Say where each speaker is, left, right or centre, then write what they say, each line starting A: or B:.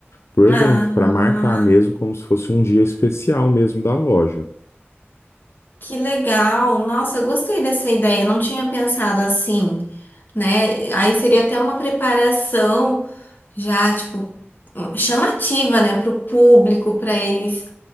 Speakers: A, on the left; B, on the left.
A: para o
B: Ah,
A: evento, para marcar mesmo como se fosse um dia especial mesmo da loja.
B: que legal. Nossa, eu gostei dessa ideia, eu não tinha pensado assim. né? Aí seria até uma preparação já, tipo, chamativa, né, para o público, para eles